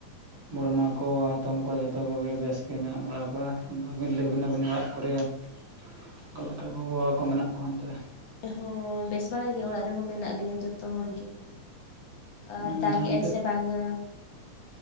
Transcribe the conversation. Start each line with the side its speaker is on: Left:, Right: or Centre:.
Right: ᱵᱚᱲᱢᱟ ᱠᱚ ᱦᱟᱛᱚᱢ ᱠᱚ ᱡᱷᱚᱛᱚ ᱠᱚ ᱜᱮ ᱵᱮᱥ ᱜᱮ ᱢᱮᱱᱟᱜ ᱵᱟᱲᱟ ᱠᱚᱣᱟ᱾᱾ ᱟᱫᱚ ᱟᱵᱤᱱ ᱞᱟᱹᱭ
Left: ᱟᱪᱪᱷᱟ
Right: ᱵᱤᱱ ᱟᱹᱵᱤᱱ ᱚᱲᱟᱜ ᱠᱚᱨᱮ ᱚᱠᱟ ᱠᱚ ᱞᱮᱠᱟ ᱜᱚᱼᱵᱟᱵᱟ ᱠᱚ ᱢᱮᱱᱟᱜ ᱚᱱᱛᱮ ᱨᱮ?
Left: ᱦᱚᱸ ᱵᱮᱥ ᱵᱟᱲ ᱜᱮ ᱚᱲᱟᱜ ᱨᱮᱦᱚᱸ ᱢᱮᱱᱟᱜ ᱞᱮᱭᱟ ᱡᱚᱛᱚ ᱦᱚᱲ ᱜᱮ᱾᱾ ᱟᱨ
Right: ᱦᱩᱸ
Left: ᱫᱟᱜᱮᱜ
Right: ᱱᱤᱛᱚᱜ
Left: ᱟᱭ ᱥᱮ ᱵᱟᱝᱟ?